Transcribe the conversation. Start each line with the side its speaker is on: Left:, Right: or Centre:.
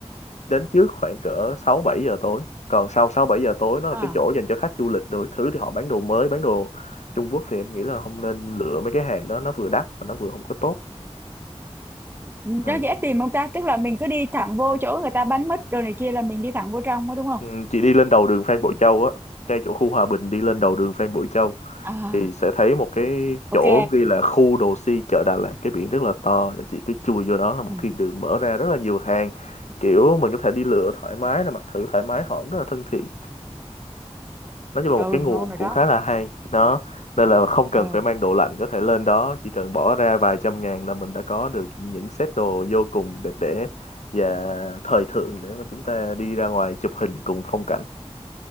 Left: đến trước khoảng cỡ 6 7 giờ tối còn sau 6 7 giờ tối nó
Right: Ờ
Left: là cái chỗ dành cho khách du lịch đủ thứ thì họ bán đồ mới bán đồ Trung Quốc thì em nghĩ là không nên lựa mấy cái hàng đó nó vừa đắt và nó vừa không có tốt
Right: nó
Left: ừ.
Right: dễ tìm không ta tức là mình cứ đi thẳng vô chỗ người ta bán mít rồi này kia là mình đi thẳng vô trong đó đúng không
Left: Ừ, chị đi lên đầu đường Phan Bội Châu á, ngay chỗ khu Hòa Bình đi lên đầu đường Phan Bội Châu
Right: à
Left: thì sẽ thấy một cái
Right: ok
Left: chỗ ghi là khu đồ si chợ Đà Lạt, cái biển rất là to và chị cứ chui vô đó là một
Right: ừ,
Left: thiên đường mở ra rất là nhiều hàng kiểu mình có thể đi lựa thoải mái là mặc thử thoải mái họ cũng rất là thân thiện nói chung là
Right: ừ
Left: một cái nguồn
Right: ngon rồi
Left: cũng
Right: đó
Left: khá là hay đó nên là không cần
Right: ừ
Left: phải mang đồ lạnh có thể lên đó chỉ cần bỏ ra vài trăm ngàn là mình đã có được những set đồ vô cùng đẹp đẽ và thời thượng để mà chúng ta đi ra ngoài chụp hình cùng phong cảnh